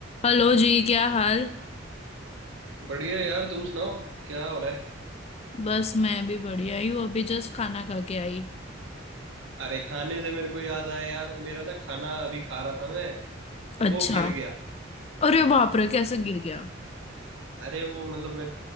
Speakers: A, on the left; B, on the right.
A: Hello जी क्या हाल
B: बढ़िया यार तुम सुनाओ क्या हो रहा है
A: बस मैं भी बढ़िया ही हूँ अभी जस्ट खाना खा के आई
B: अरे खाने से मेरे को याद आया यार मेरा ना खाना अभी खा रहा था मैं
A: अच्छा
B: तो वो गिर गया
A: अरे बाप रे कैसे गिर गया
B: अरे वो मतलब मैं